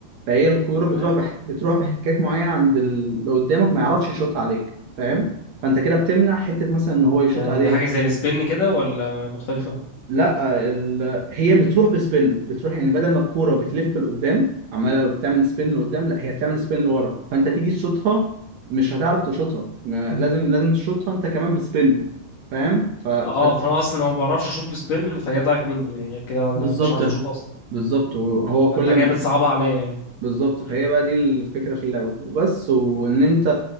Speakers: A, on the right; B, on the left.
A: فهي الكرة
B: تمام
A: بتروح بح... بتروح باحتكاك معين عند اللي قدامك ما يعرفش يشوطها عليك فاهم؟ فانت كده بتمنع حتة مثلا ان هو يشوط
B: يعني
A: عليك
B: دي حاجة زي السبن كده ولا مختلفة
A: لا ال... هي بتروح بسبين بتروح يعني بدل ما الكوره بتلف لقدام عماله بتعمل سبين لقدام لا هي بتعمل سبين لورا فانت تيجي تشوطها مش هتعرف تشوطها ما- لازم لازم تشوطها انت كمان بسبين فاهم ف... ف...
B: اه فانا اصلا ما بعرفش اشوط بسبن فهي ضاعت مني يعني غير كده أنا
A: بالظبط
B: مش عارف اشوط اصلا
A: بالظبط هو
B: فانت
A: كل
B: كده
A: ما
B: بتصعبها عليا يعني
A: بالظبط فهي
B: مم.
A: بقى دي الفكره في اللعبه بس وان انت